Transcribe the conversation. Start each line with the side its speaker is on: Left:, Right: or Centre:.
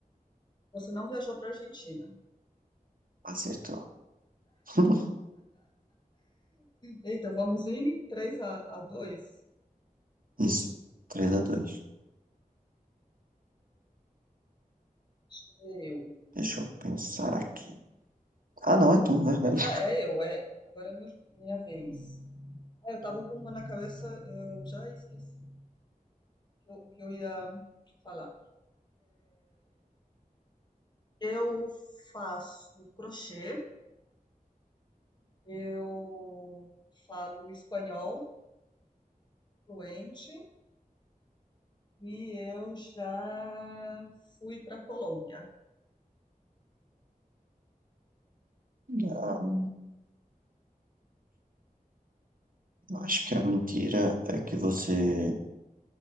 Left: Você não viajou para a Argentina.
Right: Acertou. <laughs>
Left: Eita, vamos em 3 a, a 2?
Right: Isso, 3 a dois
Left: Deixa eu ver eu.
Right: Deixa eu pensar aqui. Ah, não, é tu, verdade.
Left: Ah, é eu, é. Agora é minha, minha vez. Ah, eu tava com uma na cabeça, eu já esqueci o que eu- o que eu ia falar. Eu faço crochê, eu falo espanhol fluente e eu já fui para Colômbia.
Right: Ah, <laughs> acho que a mentira é que você